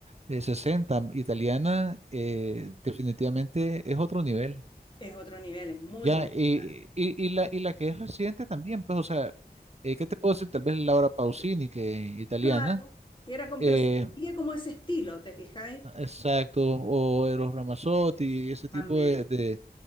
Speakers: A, on the right; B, on the left.
A: eh, 60 italiana, eh, definitivamente es otro nivel.
B: es otro nivel, es muy
A: Ya,
B: bonita.
A: y, y- y la, y la que es reciente también, pues, o sea, eh, ¿qué te puedo decir? Tal vez Laura Pausini, que italiana.
B: Claro, era con,
A: eh,
B: pero se sigue como ese estilo, ¿te fijáis?
A: Exacto, o Eros Ramazzotti, ese tipo
B: También.
A: de, de,